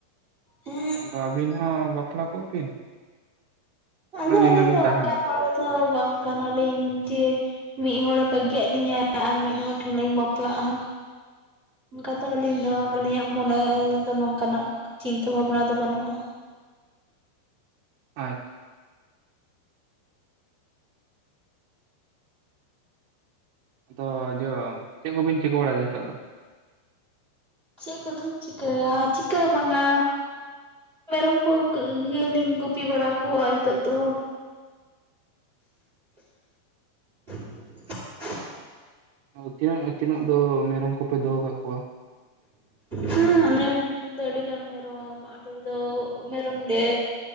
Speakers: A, on the right; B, on the right.
A: ᱦᱮᱸ
B: ᱟᱫᱚ ᱟᱹᱵᱤᱱ ᱦᱚᱸ ᱵᱟᱯᱞᱟ ᱠᱚᱜ ᱵᱤᱱ᱾ ᱛᱤᱱᱟᱹᱜ
A: ᱟᱫᱚ
B: ᱫᱤᱱ
A: ᱟᱹᱞᱤᱧ
B: ᱫᱚᱵᱤᱱ
A: ᱫᱚ
B: ᱛᱟᱦᱮᱱᱟ
A: ᱚᱱᱠᱟᱱ ᱦᱚᱲ ᱫᱚ ᱵᱟᱝ ᱠᱟᱱᱟᱞᱤᱧ ᱡᱮ ᱢᱤᱫ ᱦᱚᱲᱮ ᱵᱟᱹᱜᱤᱭᱟ ᱞᱤᱧᱟᱭ ᱟᱨ ᱢᱤᱫ ᱦᱚᱲ ᱴᱷᱮᱱ ᱞᱤᱧ ᱵᱟᱯᱞᱟᱜ-ᱟ᱾ ᱚᱱᱠᱟ ᱫᱚ ᱟᱹᱞᱤᱧ ᱫᱚ ᱟᱹᱞᱤᱧᱟᱜ ᱢᱚᱱᱮ ᱫᱚ ᱱᱚᱝᱠᱟᱱᱟᱜ ᱪᱤᱱᱛᱟᱹ ᱵᱷᱟᱵᱱᱟ ᱫᱚ ᱵᱟᱹᱱᱩᱜ-ᱟ᱾
B: ᱟᱪᱪᱷᱟ ᱟᱫᱚ ᱡᱚ ᱪᱮᱫ ᱠᱚᱵᱮᱱ ᱪᱤᱠᱟᱹ ᱵᱟᱲᱟᱭᱮᱫᱟ ᱱᱤᱛᱚᱜ ᱫᱚ
A: ᱪᱮᱫ ᱠᱚᱫᱚᱢ ᱪᱤᱠᱚᱭᱟ ᱪᱤᱠᱟᱹᱦᱚᱸ ᱵᱟᱝᱟ ᱢᱮᱨᱚᱢ ᱠᱚ ᱜᱮᱞᱤᱧ ᱜᱩᱯᱤ ᱵᱟᱲᱟ ᱠᱚᱣᱟ ᱱᱤᱛᱳᱜ ᱫᱚ <inaudible>
B: ᱛᱤᱱᱟᱹᱜ ᱛᱤᱱᱟᱹᱜ ᱫᱚ ᱢᱮᱨᱚᱢ ᱠᱚᱯᱮ ᱫᱚᱦᱚ ᱠᱟᱜ ᱠᱚᱣᱟ
A: ᱦᱮᱸ ᱟᱞᱮ ᱴᱷᱮᱱ ᱫᱚ ᱟᱹᱰᱤ ᱜᱟᱱ ᱢᱮᱨᱚᱢ <inaudible> ᱟᱞᱮ ᱫᱚ ᱢᱮᱨᱚᱢ ᱞᱮ